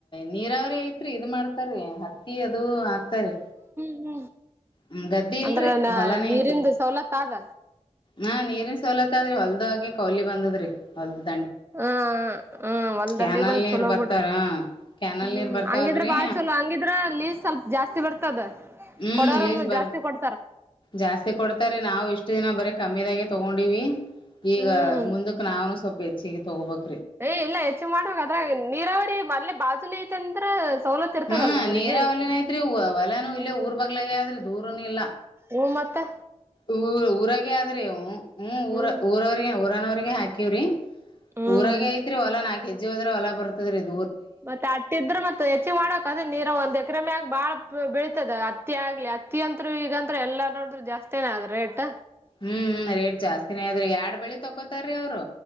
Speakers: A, on the left; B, on the right.
A: ನೀರಾವರಿ ಐತ್ರಿ ಇದನ್ ಮಾಡ್ತಾರೀ ಹತ್ತ ಹತ್ತಿ ಅದು ಹಾಕ್ತಾರಿ.
B: ಹ್ಮು
A: ಹ್ಮ್ ಗದ್ದಿ ಇಲ್ರಿ
B: ಅಂದ್ರನ
A: ಹೊಲಾನೇ
B: ನೀರಿಂದ
A: ಐತ್ರಿ
B: ಸವಲತ್ತ್ ಆದ್.
A: ಹಾ ನೀರಿನ ಸವಲತ್ ಅದ್ರಿ ಹೊಲ್ದಾಗೆ ಕೌಲಿ ಬಂದದ್ರಿ ಹೌದ್ರಿ.
B: ಅ ಅ ಒಲ್
A: ಕ್ಯಾನಲ್
B: ದಂಡಿಗ್ ಬಂದ
A: ನೀರ್
B: ಚಲೋ
A: ಬರ್ತಾರ
B: ಬಿಡ್ರಿ
A: ಕ್ಯಾನಲ್
B: ಹ್ಮು
A: ನೀರ್ ಬರ್ತಾವಲ್ರಿ
B: ಹಂಗಿದ್ರ ಬಾ ಚಲೋ ಹಂಗಿದ್ರ ಲ್ಲಿ ಸ್ವಲ್ಪ ಜಾಸ್ತಿ ಬರ್ತದ.
A: ಹ್ಮು
B: ಕೊಡೋರನ್ನು
A: ಲೀಸ್ ಬರ್
B: ಜಾಸ್ತಿ ಕೊಡ್ತಾರ
A: ಜಾಸ್ತಿ ಕೊಡ್ತಾರೆ ನಾವು ಇಷ್ಟು ದಿನ ಬರೆ ಕಮ್ಮಿದಾಗೆ ತಗೊಂಡಿವಿ ಕಾ ಈಗ
B: ಹ್ಮ್
A: ಮುಂದಕ್ಕ ನಾವುನು ಸ್ವಲ್ಪ ಪೆನ್ಸಿಗೆ ತಗೋಬೇಕ.
B: ಏ ಇಲ್ಲ ಹೆಚ್ಚು ಮಾಡಾ ಅದ್ರಾಗ್ ಏನ್ ನೀರಾವರಿ ಅಲ್ಲೇ ಬಾಜುನ ಐತಿ ಅಂದ್ರ ಸವಲತ್ ಇರ್ತದಲ್ಲ
A: ಹ್ಮು
B: ಅವ್ರಿಗೇನ್
A: ನೀರಾವಲಿನು ಐತ್ರಿ ವ ವಲೆನು ಇಲ್ಲೇ ಊರ್ ಬಗ್ಲಾಗ ಅದ. ದೂರನು ಇಲ್ಲ.
B: ಹು ಮತ್ತ್.
A: ಊ ಊರಾಗೆ ಆದ್ರೇ ಹು ಹು
B: ಹ್ಮ್
A: ಊರ ಊರಾವ್ರಿಗೆ ಊರಾನವ್ರಿಗೆ ಹಾಕಿ ಕಿವ್ರಿ
B: ಹ್ಮ್
A: ಊರಾಗೆ ಐತ್ರಿ ಹೋಲ ನಾಕ ಕೆಜ್ಜಿ ಹೋದ್ರ ಹೊಲ ಬರ್ತದ್ರಿದ್.
B: ಮತ್ತ ಅಟ್ಟಿದ್ರ ಮತ್ತ ಹೆಚ್ಚಿ ಮಾಡಕ್ ಅದನ್ ನೀರ್ ಒಂದ್ ಎಕರೆ ಮ್ಯಾಗ್ ಬಾಳ್ ಬೆಳಿ ತ್ತದ ಅತ್ತಿ ಆಗ್ಲಿ ಅತ್ತಿ ಅಂತ್ರು ಈಗಂತ್ರು ಎಲ್ಲಾ ನೋಡಿದ್ರ ಜಾಸ್ತನೇ ಅದ ರೇಟ್.
A: ಹ್ಮು ಹ್ಮು ರೇಟ್ ಜಾಸ್ <unintelligible> ಯಾಡ್ ಬೆಳಿ ತಕೋತಾರೀ ಅವ್ರು